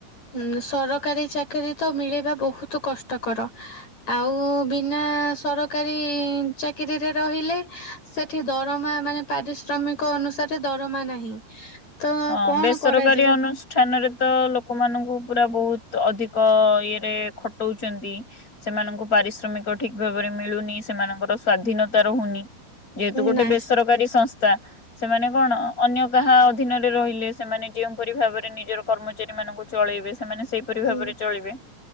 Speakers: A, on the left (about 40°); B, on the left (about 20°).
A: ହୁଁ ସରକାରୀ ଚାକିରି ତ ମିଳିବା ବହୁତ କଷ୍ଟକର। ଆଉ ବି ବିନା ସରକାରୀ ଚାକିରିରେ ରହିଲେ ସେଠି ଦରମା ମାନେ ପାରିଶ୍ରମିକ ଅନୁସାରେ ଦରମା ନାହିଁ। ତ
B: ହଁ
A: କଣ
B: ବେସରକାରୀ
A: କରାଯିବ
B: ଅନୁଷ୍ଠାନରେ। ତ ଲୋକମାନଙ୍କୁ ପୁରା ବୋହୁତ୍ ଅଧିକ ଇଏରେ ଖଟଉ ଚନ୍ତି। ସେମାନଙ୍କୁ ପାରିଶ୍ରମିକ ଠିକ୍ ଭାବ ରେ ମିଳୁନି ସେମାନଙ୍କ ର ସ୍ୱାଧୀନତା ରୋହୁନି ଇ ଏତ ଗୋଟେ
A: ନା
B: ବେସରକାରି ସଂସ ବା ସେମାନେ କଣ ଅନ୍ୟ କାହା ଅ ଦିନରେ ରହିଲେ ସେମାନେ ଯେଉଁପରି ଭାବରେ ନିଜର କର୍ମଚାରୀ ମାନଙ୍କୁ ଚଳେଇବେ। ସେମାନେ ସେଇପରି
A: ହୁଁ
B: ଭାବରେ ଚଳିବେ